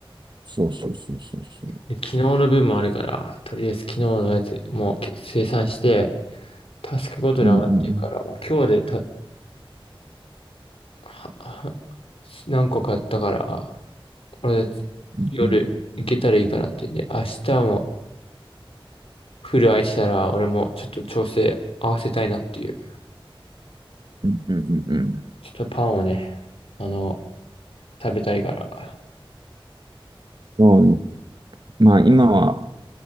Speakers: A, on the right; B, on the left.
A: そうそうそうそうそう。
B: で、昨日の分もあるから、とりあえず昨日のやつもう生産して、タスクごとに上がってるから、
A: うんうんうん
B: もう今日でたはは何個買ったから、俺、
A: うん
B: 夜行けたらいいかなってんで、明日もフル空いてたら、俺もちょっと調整合わせたいなっていう。
A: うんうんうんうんうん。
B: ちょっとパンをね、あの、食べたいから。
A: そうね。まあ今は、